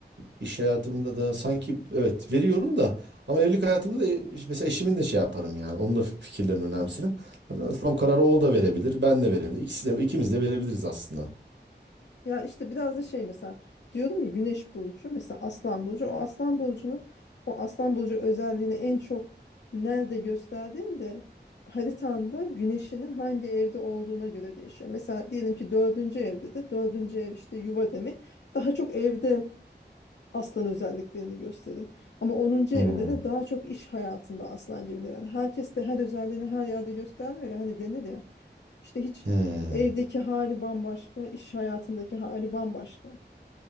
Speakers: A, on the right (about 85°); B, on the left (about 75°).
A: iş hayatımda da sanki evet veriyorum da ama evlilik hayatımda da e, mesela eşimin de şey yaparım yani onun da fikirlerini önemserim. Son kararı o da verebilir, ben de verebilirim. İkisi de ikimiz de verebiliriz aslında.
B: Ya işte biraz da şey mesela diyorum ya güneş burcu mesela aslan burcu o aslan burcunun o aslan burcu özelliğini en çok nerede gösterdiğinde haritanda güneşinin hangi evde olduğuna göre değişiyor. Mesela diyelim ki dördüncü evde de dördüncü ev işte yuva demek daha çok evde aslan özelliklerini gösterir. Ama onuncu evinde
A: Hmm.
B: de daha çok iş hayatında aslan gibi. Yani herkes de her özelliğini her yerde göstermiyor. ya, hani denir ya işte hiç
A: Hmm.
B: evdeki hali bambaşka, iş hayatındaki hali bambaşka.